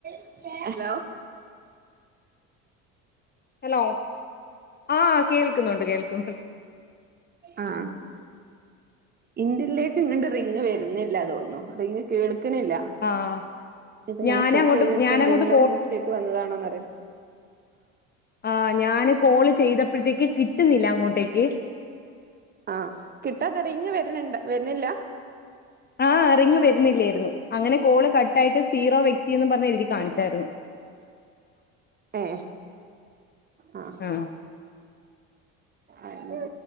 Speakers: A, on the right; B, on the left.
A: <unintelligible> hello
B: hello ആ കേൾ കേക്കുന്നുണ്ട് കേൾക്ക
A: ആആ ഇന്ത്യലേക്ക് ഇങ്ങോ് റിങ്ങ് വരുന്നില്ലാതോണു റിങ്ങ് കേ <unintelligible>
B: ആഹ് ഞാനങ്ങോട്ട്
A: സെറ്റ് ചെയ്തെടുത്ത്
B: ഞാനങ്ങോട്ട്
A: എന്തെങ്കിലും മിസ്റ്റേക്ക് വന്നതാണോന്ന്റിയോ
B: ആ ഞാന് കോളേജ് ചെയ്തപ്പോഴത്തേക്ക് കിട്ടുന്നില്ല അങ്ങോട്ടേക്ക്
A: ആ കിട്ടാതറിയ ഇങ്ങ് വരണ്ട വരുന്നില്ല
B: ആ റിങ്ങ് വരുന്നില്ലായിരുന്നു അങ്ങനെ കോള് കട്ട ആായിട്ട് സീറോ വ്യക്തിന്ന് പറഞ്ഞ എഴുതി കാണിച്ചായിരുന്നു
A: ഏ ആ
B: ആഹ്
A: അല്ല